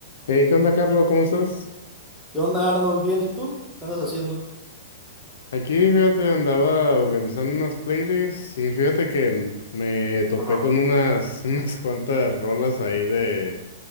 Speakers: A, on the left (about 70°); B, in the centre.
A: Hey, ¿qué onda, Carlos? ¿Cómo estás?
B: ¿Qué onda, Arnold? ¿Bien y tú? ¿Qué andas haciendo?
A: Aquí, fíjate, andaba organizando unas playlists y fíjate que mm, me topé
B: Ajá,
A: con unas, <laughs> unas cuantas rolas ahí de,